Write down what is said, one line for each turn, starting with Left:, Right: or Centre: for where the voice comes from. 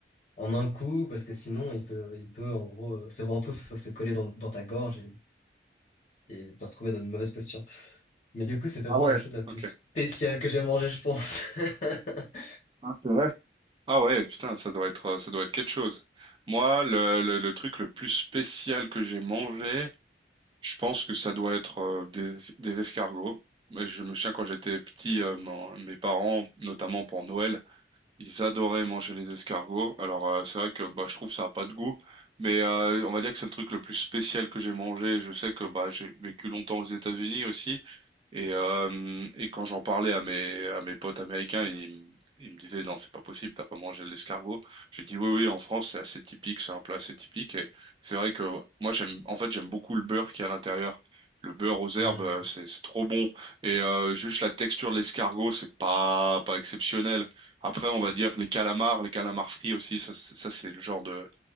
Left: en un coup, parce que sinon il peut, il peut en gros, euh, ses ventouses peuvent se coller dans, dans ta gorge et, et te retrouver dans une mauvaise posture. Mais du coup, c'était
Right: Ah
Left: vraiment
Right: ouais,
Left: la chose la plus
Right: Ok.
Left: spéciale que j'ai mangée, je pense. <laughs>
Right: hein, c'est vrai. Ah ouais, putain, ça doit être, euh, ça doit être quelque chose. Moi, le, le, le truc le plus spécial que j'ai mangé, Je pense que ça doit être euh, des, des escargots. Mais je me souviens quand j'étais petit, euh, mon- mes parents, notamment pour Noël, ils adoraient manger les escargots. Alors euh, c'est vrai que bah, je trouve ça a pas de goût, mais euh, on va dire que c'est le truc le plus spécial que j'ai mangé. Je sais que bah, j'ai vécu longtemps aux États-Unis aussi, et, euh, et quand j'en parlais à mes, à mes potes américains, ils, m- ils me disaient, non, c'est pas possible, t'as pas mangé de l'escargot. J'ai dit, oui, oui, en France, c'est assez typique, c'est un plat assez typique. Et c'est vrai que moi, j'aime, en fait, j'aime beaucoup le beurre qui est à l'intérieur. Le beurre aux
Left: Hmm.
Right: herbes, euh, c'est, c'est trop bon. Et euh, juste la texture de l'escargot, c'est pas, pas exceptionnel. Après, on va dire que les calamars, les calamars frits aussi, ça, c'est ça, c'est le genre de,